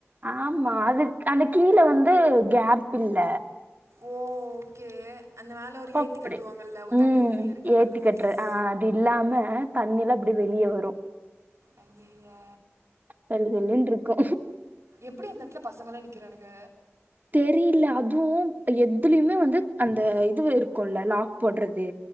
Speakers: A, on the right; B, on the right.
A: ஆமா அதுக் அந்த கீழ வந்து கேப் இல்ல
B: ஓ ஓகே அந்த மேல ஒரு
A: பப்டி
B: ஏத்தி கட்டுவாங்கல்ல ஒ-
A: ம்
B: தண்ணி உள்ளயே இருக்கு
A: ஏத்தி
B: அந்த மாரி
A: கட்டுறது
B: கட்ல
A: ஆ அது இல்லாம தண்ணில்லா அப்டி வெளிய வரு
B: அய்யய்ய
A: சல்லு சல்லுன்ருக்கு
B: எப்டி அந்த எடத்துல பசங்கல்லா நிக்கிறானுக
A: தெரில அதுவு எதுலயுமே வந்து அந்த இது இருக்குல்ல லாக் போட்றது